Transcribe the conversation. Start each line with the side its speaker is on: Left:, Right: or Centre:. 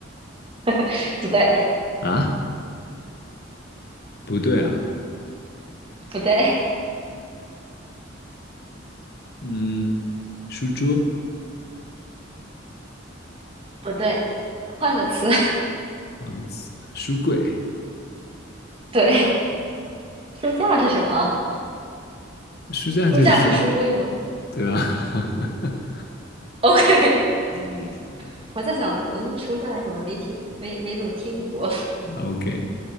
Right: <laughs> 不对，
Left: 啊？不对啊，
Right: 不对，
Left: 嗯，书桌，
Right: 不对，换个词，
Left: 换个词，书柜，
Right: <laughs> 对，书架是什么？
Left: 书架就是书，
Right: 书架是书柜吗
Left: 对啊，<laughs>
Right: ？OK，
Left: 嗯
Right: <laughs> 我在想，嗯，书架是什么？没听，没没怎么听过。
Left: ，OK，